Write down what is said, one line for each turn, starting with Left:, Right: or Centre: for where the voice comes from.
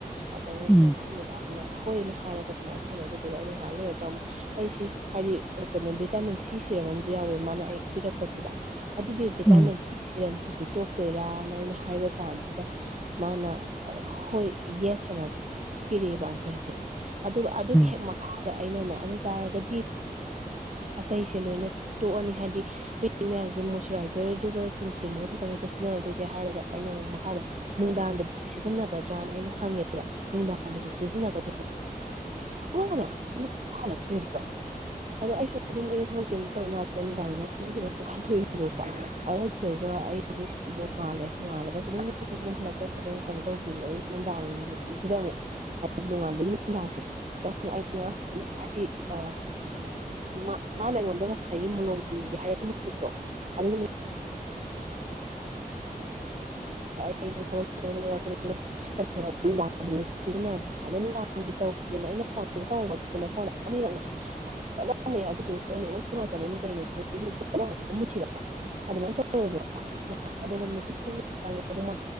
Right: ꯑꯗꯩꯅꯤ
Centre: ꯎꯝ ꯎꯝ ꯎꯝ ꯎꯝ ꯎꯝ ꯎꯝ ꯎꯝ ꯎꯝ ꯎꯝ ꯎꯝ ꯎꯝ
Right: ꯍꫭꯏ ꯃꯦꯗꯥꯝꯅ ꯍꯣꯏꯅ ꯍꯥꯏꯔ ꯑꯗꯨꯃꯥꯏꯅ ꯊꯝꯃꯦ ꯑꯗꯨꯗꯨꯒ ꯑꯩꯅ ꯉꯥꯏꯍꯥꯛ ꯂꯩꯩꯔꯒ ꯑꯃꯨꯛ ꯑꯩꯁꯤ ꯍꯥꯏꯗꯤ ꯑ ꯀꯩꯅꯣ ꯚꯤꯇꯥꯃꯤꯟ ꯁꯤ ꯁꯤꯔꯝ ꯑꯃꯁꯨ ꯌꯥꯎꯋꯦ ꯃꯥꯅ ꯑꯩ ꯄꯤꯔꯛꯄꯁꯤꯗ ꯑꯗꯨꯒꯤ
Centre: ꯎꯝ
Right: ꯚꯤꯇꯥꯃꯤꯟ ꯁꯤ ꯁꯤꯔꯝꯁꯤꯁꯨ ꯇꯣꯛ ꯇꯣꯏꯔꯥꯅ ꯑꯩꯅ ꯍꯥꯏꯕ ꯀꯥꯟꯁꯤꯗ ꯃꯥꯅ ꯑ ꯍꯣꯏ ꯌꯦꯁ ꯑꯅ ꯄꯤꯔꯛ ꯏꯕ ꯑꯟꯁꯔꯁꯦ ꯑꯗꯨꯒ ꯑꯗꯨꯒꯤ ꯍꯦꯛ
Centre: ꯎꯝ ꯎꯝ ꯎꯝ ꯎꯝ ꯎꯝ ꯎꯝ ꯎꯝ ꯎꯝ ꯎꯝ
Right: ꯃꯈꯥꯗ ꯑꯩꯅꯅꯦ ꯑꯗꯨ ꯇꯥꯔꯒꯗꯤ ꯑꯇꯩꯁꯦ ꯂꯣꯏꯅ ꯇꯣꯛꯑꯅꯤ ꯍꯥꯏꯗꯤ <unintelligible> ꯃꯌꯥꯝꯁꯦ ꯃꯣꯁꯆꯨꯔꯥꯏꯖꯔꯗꯨꯒ ꯁꯟꯁꯀ꯭ꯔꯤꯟꯗꯨꯒ ꯈꯛꯇꯅꯦꯀꯣ ꯁꯤꯖꯤꯟꯅꯗꯣꯏꯁꯦ ꯍꯥꯏꯔꯒ ꯑꯩꯅ ꯑꯃꯨꯛ ꯃꯈꯥꯗ ꯅꯨꯡꯗꯥꯡꯗꯤ ꯁꯤꯖꯤꯟꯅꯒꯗ꯭ꯔꯅ ꯑꯩꯅ ꯍꯪꯉꯦꯕ ꯅꯨꯡꯗꯥꯡ ꯑꯗꯨꯁꯨ ꯁꯤꯖꯤꯟꯅꯒꯗ <unintelligible> ꯔꫭꯅ <unintelligible> ꯍꯜꯂꯛꯇ꯭ꯔꯦꯕ ꯑꯗ ꯑꯩꯁꯨ ꯑꯗꯨꯝ ꯑꯩꯩꯁꯨ ꯊꯕꯛ ꯆꯤꯟ ꯇꯧꯔꯤ ꯃꯥꯜꯂꯦ <unintelligible> ꯑꯩꯁꯨ ꯑꯗꯨꯝ ꯈꯟꯗꯣꯛꯑꯦꯕꯀꯣ <unintelligible> ꯅꫭꯡꯉꯥꯜꯂꯦ ꯅꯣꯡꯉꯥꯂꯒꯁꯨ ꯑꯗꯨꯝ ꯃꯦꯁꯦ <unintelligible> ꯍꯜꯂꯛꯇ꯭ꯔꯦ ꯀꯩꯝ ꯀꯩꯅꯣ ꯇꯧꯗ꯭ꯔꯤ <unintelligible> ꯅꯨꯡꯗꯥꯡꯕꯧ ꯁꯤꯗ ꯑꯃꯨꯛ ꯍꯥ <unintelligible> ꯅꯣꯡꯉꯥꯟꯕꯒꯤ ꯅꯨꯡꯗꯥꯡꯁꯦ <unintelligible> <unintelligible> ꯃꯥ ꯃꯥꯅ ꯑꯩꯉꫭꯟꯗ ꯉꯁꯥꯏꯒꯤ ꯃꫭꯂꯣꯝꯗꫭ <unintelligible> ꯍꯥꯏꯔꯛꯄ ꯅꯨꯃꯤꯠꯇꯣ ꯑꯗꯨꯒꯤ <unintelligible> ꯑꯩꯗꯣ ꯊꯕꯛꯛꯩꯅ ꯅꯨꯡꯗꯥꯡ ꯁꯤꯖꯤꯟꯅꯔꯦ ꯑꯗꯣ ꯅꯨꯡꯗꯥꯡꯒꯤ ꯇꯧ꯫ ꯑꯗꯨ ꯑꯩꯅ ꯐꯣꯟꯗ ꯇꯧꯕꯁꯤꯗꯅ ꯐꯣꯟ ꯑꯅꯤꯔꯛꯅꯦ ꯆꯠꯂꯝꯃꯦ ꯑꯗꯨꯗꯨꯒ ꯅꯨꯡꯉꯥꯏꯇꯕꯩꯅ ꯀꯩꯅ ꯈꯂꯝ ꯃꯨꯔ꯫ ꯑꯗꯨꯃꯥꯏꯅ ꯇꯧꯍꯧꯔꯤꯕꯀꯣ ꯑꯗꯨꯒ꯫ ꯃ